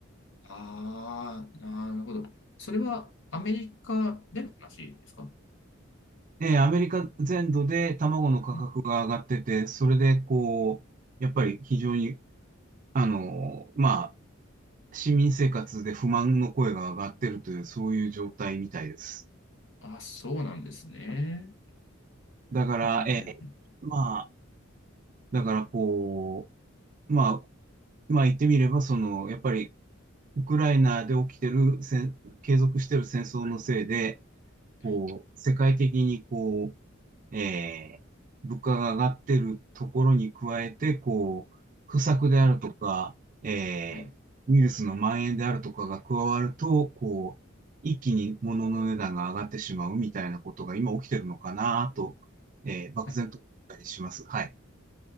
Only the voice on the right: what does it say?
で、アメリカ全土で卵の価格が上がってて、
それで、こう、やっぱり非常に、あの、まあ、市民生活で不満の声が上がってるという、そういう状態みたいです。
だから、
えーまあ、だからこう、まあ、まあ言ってみれば、その、やっぱりウクライナで起きてる戦、継続してる戦争のせいで、
こう、世界的にこう、えー、物価が上がってるところに加えて、こう、不作であるとか、
えー、
ウイルスの蔓延であるとかが加わると、こう、一気に物の値段が上がってしまうみたいなことが今起きてるのかなと、えー、漠然と思ったりします。
はい。